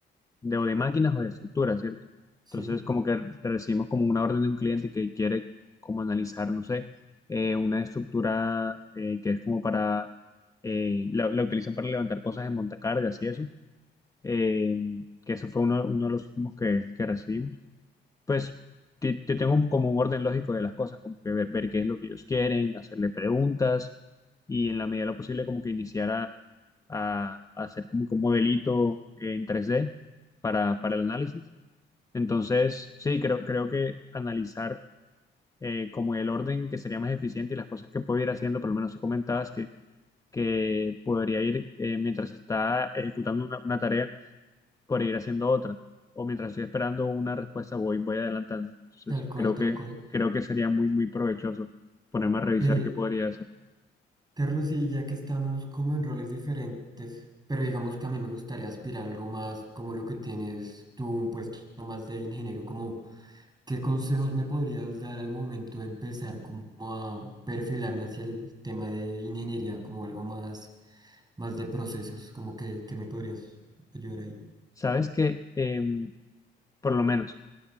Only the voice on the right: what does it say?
Sí,
tal cual,
tal
cual.
Eh,
Carlos, y ya que estamos como en roles diferentes, pero digamos que a mí me gustaría aspirar a algo más como lo que tienes tú, un puesto más de ingeniero, como ¿Qué consejos me podrías dar al momento de empezar como a perfilarme hacia el tema de ingeniería, como algo más, más de procesos? Como que, que me podrías ayudar ahí.